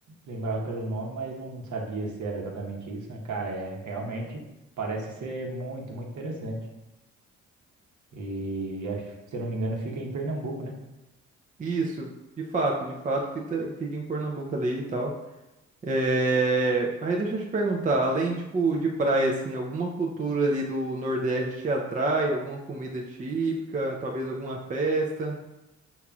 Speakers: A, on the right (about 50°); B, on the right (about 20°).
A: lembrava pelo nome, mas não sabia se era exatamente isso, né? Cara, é realmente parece ser muito, muito interessante. E acho, se eu não me engano, fica em Pernambuco, né?
B: Isso, de fato, de fato, fica, fica em Pernambuco ali e tal. É... Mas deixa eu te perguntar, além, tipo, de praia, assim, alguma cultura ali do Nordeste te atrai? Alguma comida típica? Talvez alguma festa?